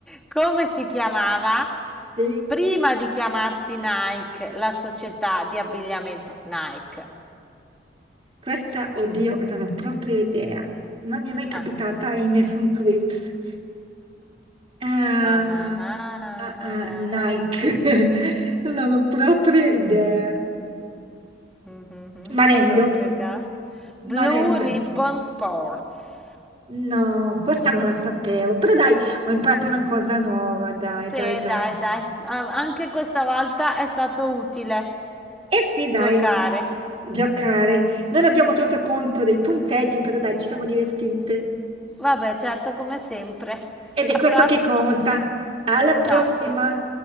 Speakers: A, in the centre; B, on the right (about 30°).
A: Come si chiamava
B: Sì?
A: prima di chiamarsi Nike, la società di abbigliamento Nike?
B: Questa, oddio, non ho proprio idea. Non mi è mai capitata
A: Ah,
B: in nessun quiz. Ah,
A: ah, ah,
B: ah, ah, Nike,
A: ah,
B: <laughs> non ho proprio idea.
A: mhm,
B: Marendo,
A: Ti ho fregato. Blue
B: Marendo.
A: Ribbon Sports.
B: No, questa non la sapevo, però dai, ho imparato una cosa nuova, dai,
A: Sì,
B: dai, dai.
A: dai, dai, a- anche questa volta è stato utile
B: Eh sì, dai,
A: giocare.
B: giocare. Non abbiamo tenuto conto dei punteggi, però dai, ci siamo divertite.
A: Vabbè, certo, come sempre.
B: Ed
A: La
B: è questo
A: prossima.
B: che conta. Alla
A: Esatto.
B: prossima!